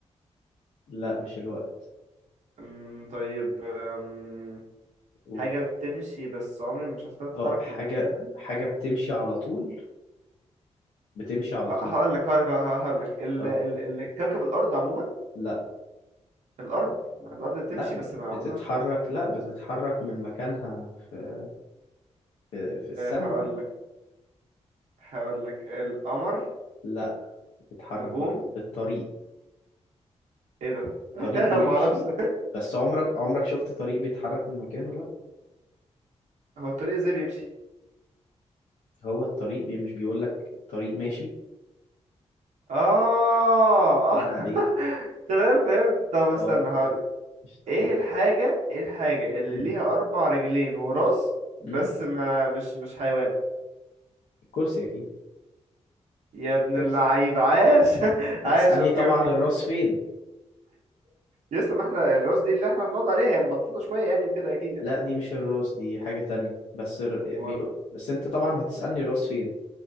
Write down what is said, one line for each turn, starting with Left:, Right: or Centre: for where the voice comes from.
Left: لا مش الوقت
Right: أمم، طيب أمم،
Left: قول
Right: حاجه بتمشي بس عمري ما شفتها تتحرك
Left: اه حاجة
Right: من مكانها
Left: حاجة بتمشي على طول بتمشي على
Right: هقول
Left: طول
Right: لك هقول لك هقول لك ال
Left: اه
Right: ال ال كوكب الارض عموما
Left: لا
Right: الارض ما الارض بتمشي
Left: لا ب-
Right: بس ما عمرنا
Left: بتتحرك
Right: مش
Left: لا بتتحرك من مكانها في في, في السماء
Right: هقول
Left: يعني
Right: لك هقول لك القمر
Left: لا بتتحرك
Right: نجوم
Left: برضه الطريق
Right: ايه ده
Left: الطريق
Right: <laughs>
Left: بيمشي
Right: ما اعرفش
Left: بس عمرك عمرك شفت طريق بيتحرك من مكانه لا
Right: هو الطريق ازاي بيمشي
Left: هو الطريق بي مش بيقولك طريق ماشي
Right: اه
Left: عيب
Right: اه <laughs>
Left: عليك
Right: تمام فهمت طب استنى
Left: اه
Right: هقولك
Left: مش تقول
Right: ايه الحاجة ايه الحاجة اللي
Left: مم.
Right: ليها اربع رجلين وراس بس
Left: مم.
Right: ما مش مش حيوان
Left: الكرسي اكيد
Right: يا ابن
Left: كرسي
Right: اللعيب عاش <laughs> عاش
Left: هتسألني
Right: اوكي
Left: طبعا
Right: اوكي
Left: الراس فين
Right: يسطا ما احنا الراس دي اللي احنا بنقعد عليها هي مبططة شوية يعني وكده اكيد يعني
Left: لا دي مش الراس دي حاجة تانية بس الر...
Right: امال
Left: بي... بس انت طبعا هتسألني الراس فين